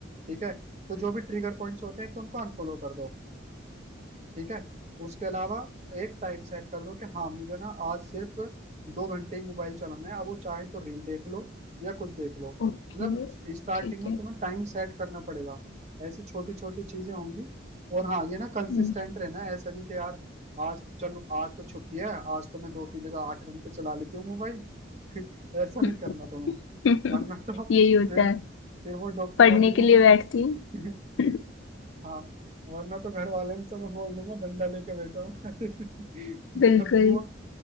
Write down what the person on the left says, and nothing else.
ओके
ठीक
है
हम्म
<laughs>
यही होता
है
पढ़ने
के लिए बैठती हूँ
<laughs>
बिल्कुल